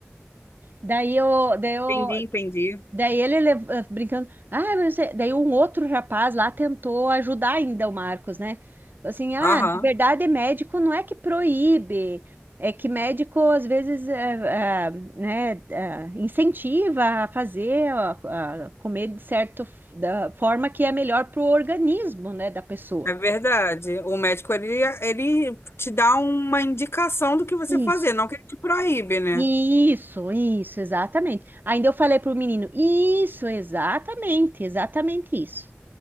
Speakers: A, on the right; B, on the left.
A: Daí eu, daí eu
B: Entendi, entendi.
A: Daí ele lev- eh, brincando, ah, mas você-" daí um outro rapaz lá tentou ajudar ainda o Marcos, né? Falou Assim, ah,
B: Aham.
A: na verdade, médico não é que proíbe, é que médico às vezes eh, ah, né, ah, incentiva a fazer, a, a comer de certa da forma que é melhor para o organismo, né, da pessoa.
B: É verdade. O médico, ele, ele te dá uma indicação do que você fazer,
A: Isso,
B: não que ele te proíbe, né?
A: isso, isso, exatamente. Ainda eu falei para o menino, isso, exatamente, exatamente isso.